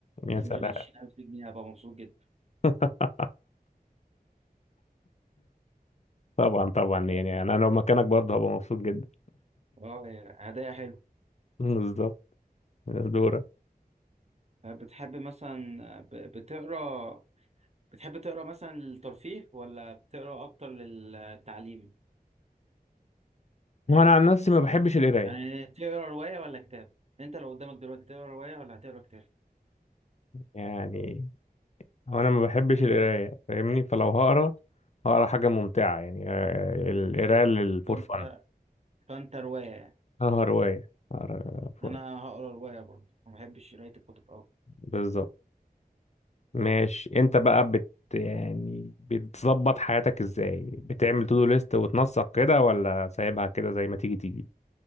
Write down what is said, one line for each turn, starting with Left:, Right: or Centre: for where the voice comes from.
Left: يا
Right: في رينج
Left: سلام
Right: ال 20000 جنيه هبقى مبسوط جدا
Left: <laughs> طبعا طبعا يعني أنا لو مكانك برضه هبقى مبسوط جدا
Right: اه يا هدايا حلو
Left: <laughs> بالظبط دورك
Right: بتحب مثلا ب- بتقرا بتحب تقرا مثلا للترفيه ولا بتقرا اكتر للتعليم
Left: وأنا عن نفسي ما بحبش القراية
Right: يعني تقرا رواية ولا كتاب انت لو قدامك دلوقتي تقرا رواية ولا هتقرا كتاب
Left: يعني هو أنا ما بحبش
Right: يعني انت-
Left: القراية فاهمني فلو هقرا هقرا حاجة ممتعة يعني آه، القراية للفور
Right: فانت
Left: فن
Right: فانت رواية يعني.
Left: اه رواية آه، ف-
Right: انا هقرا رواية برضه ما بحبش قراية الكتب أوي
Left: بالظبط ماشي انت بقى بت يعني بتظبط حياتك ازاي بتعمل تو دو ليست وتنسق كده ولا سايبها كده زي ما تيجي تيجي